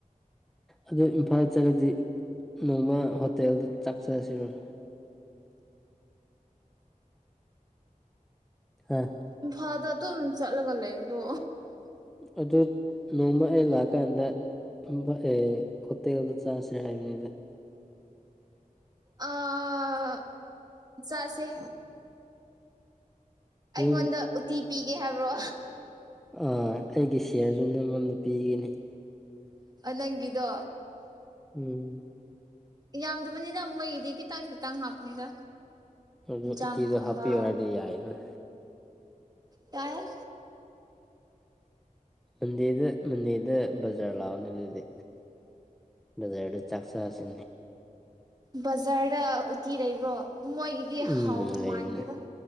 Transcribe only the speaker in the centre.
ꯑꯗꯨ ꯏꯝꯐꯥꯜ ꯆꯠꯂꯗꯤ ꯅꯣꯡꯃ ꯍꯣꯇꯦꯜꯗ ꯆꯥꯛꯆꯔꯁꯤꯔꯣꯏ ꯍꯥꯥ
ꯑꯗꯨ ꯅꯣꯡꯃ ꯑꯩ ꯂꯥꯛꯑꯀꯥꯟꯗ ꯑꯦ ꯍꯧꯠꯇꯜꯗ ꯆꯁꯤ ꯍꯥꯏꯕ
ꯅꯪ
ꯑ ꯑꯩꯒꯤ ꯁꯤꯜꯁꯨ ꯅꯪꯉꯣꯟꯗ ꯄꯤꯈꯤꯅꯤ
ꯎꯝ
ꯑꯗꯣ
ꯎꯇꯥꯗꯣ ꯍꯞꯄꯤꯌꯨ ꯍꯥꯢꯔꯗꯤ ꯑꯥꯢꯗꯅꯥ
ꯃꯟꯗꯦꯗ ꯃꯟꯗꯦꯗ ꯕꯖꯔ ꯂꯥꯎꯑꯣꯅꯤ ꯑꯗꯨꯗꯤ ꯕꯖꯥꯔꯗ ꯆꯥꯛꯆꯥꯥꯁꯤ
ꯎꯝ
ꯂꯩꯕꯅꯦ